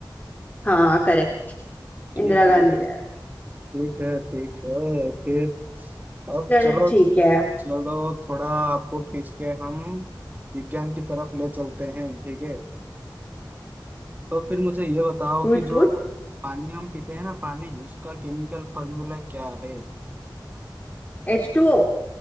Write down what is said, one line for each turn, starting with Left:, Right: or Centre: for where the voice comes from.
Left: हाँ करेक्ट
Right: ठीक
Left: इंदिरा गांधी
Right: है
Left: है
Right: ठीक है ठीक है फिर अब
Left: चल
Right: चलो
Left: ठीक है
Right: चलो थोड़ा आपको खींच के हम विज्ञान की तरफ ले चलते हैं ठीक है तो फिर मुझे ये बताओ
Left: पूछ
Right: कि जो
Left: पूछ
Right: पानी हम पीते हैं ना पानी उसका केमिकल फॉर्मूला क्या है
Left: एच टू ओ